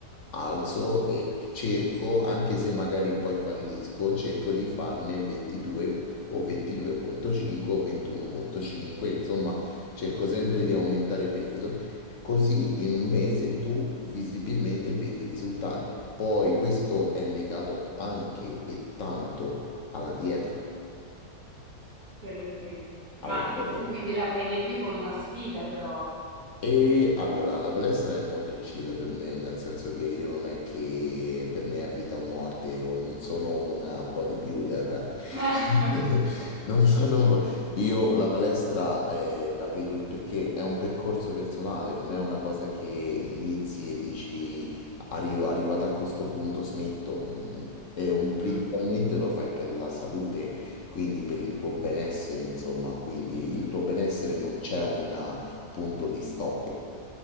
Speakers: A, on the left; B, on the right.
A: alzo e cerco, anche se magari poi fallisco, cerco di farne 22 o 22.5 o 21.5, insomma, cerco sempre di aumentare peso, così in un mese tu visibilmente vedi i risultati. Poi questo è legato anche e tanto alla dieta,
B: quello sì,
A: alla
B: ma
A: dieta
B: tu quindi la prendi più come una sfida però.
A: E allora, la palestra è molto chill per me, nel senso che io non è che per me è vita o morte, o non sono un bodybuilder,
B: <laughs>
A: <laughs> Non so, non vo- Io la palestra eh, la vedo perché è un percorso personale, non è una cosa che inizi e dici "Arri- arrivato a questo punto smetto. Mm, È un- principalmente
B: Mm.
A: lo fai per la salute, quindi per il tuo benessere, insomma, quindi il tuo benessere non c'è un ah, punto di stop.